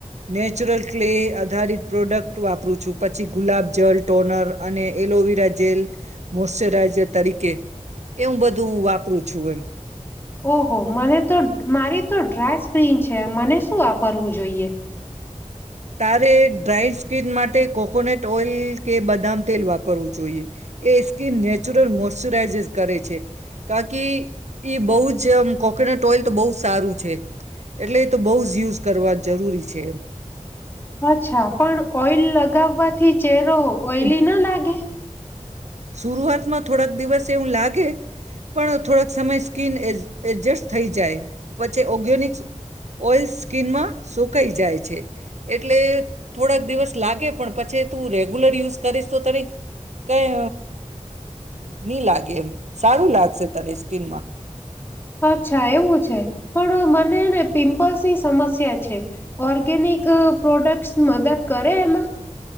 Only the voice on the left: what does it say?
ઓહો મને તો મારી તો ડ્રાય સ્ સ્ક્રીન છે મને શું વાપરવું જોઈએ.
અચ્છા પણ ઓઈલ લગાવવાથી ચેર. લો ઓઇલી
ના લાગે.
અચ્છા એવું છે પણ મનેને પિમ્પલ્સની સમસ્યા છે, ઓર્ગેનિક પ્રોડક્ટસ મદદ કરે એમાં.